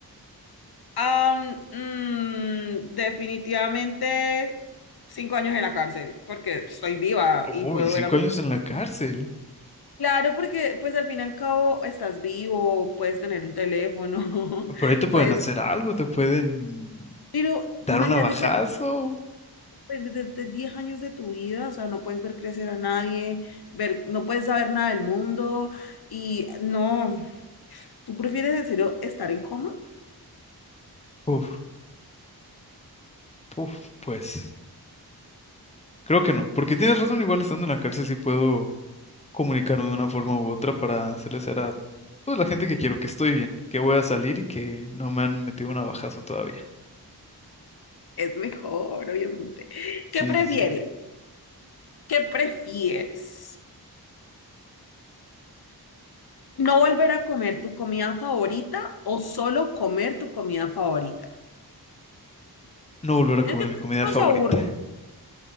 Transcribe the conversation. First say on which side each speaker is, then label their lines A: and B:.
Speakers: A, on the left (about 70°); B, on the left (about 15°).
A: Am, mm, definitivamente cinco años en la cárcel, porque estoy viva
B: Uy,
A: y puedo
B: cinco
A: ver a mis
B: años en la cárcel.
A: Claro, porque pues al fin y al cabo estás vivo, puedes tener un teléfono,
B: Por
A: <laughs>
B: ahí te pueden
A: puedes...
B: hacer algo, te pueden
A: Pero
B: dar
A: imagínate
B: un abajazo.
A: per- perderte 10 años de tu vida, o sea, no puedes ver crecer a nadie, ver, no puedes saber nada del mundo y no, ¿tú prefieres en serio estar en coma?
B: Uf, uf, pues. Creo que no, porque tienes razón, igual estando en la cárcel sí puedo. comunicarme de una forma u otra para hacerles saber a pues, la gente que quiero, que estoy bien, que voy a salir y que no me han metido un navajazo todavía.
A: Es mejor, obviamente.
B: Sí,
A: ¿Qué prefieres?
B: sí, sí.
A: ¿Qué prefieres? ¿No volver a comer tu comida favorita o solo comer tu comida favorita?
B: No volver a
A: Es
B: comer
A: que
B: mi comida
A: no
B: favorita.
A: se aburre.